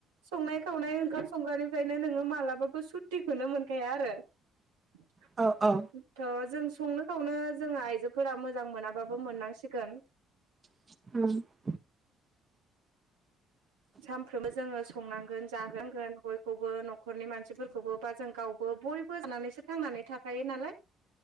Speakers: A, on the right (about 85°); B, on the right (about 30°).
A: संनाय खावनाय ओंखाम संग्रानिफ्रायनो नोंङो मालाबाबो सुतिखौनो मोनखाया आरो। <inaudible>
B: औ औ
A: थ' जों संनो खावनो जोंङो आइजोफोरा मोजां मोनाबाबो मोननांसिगोन।
B: <unintelligible>
A: सानफ्रोमबो जोंङो संनांगोन जाहांगोन बयखौबो न'खरनि मानसिफोरखौबो बा जों गावबो बयबो जानानैसो थांनानै थाखायो नालाय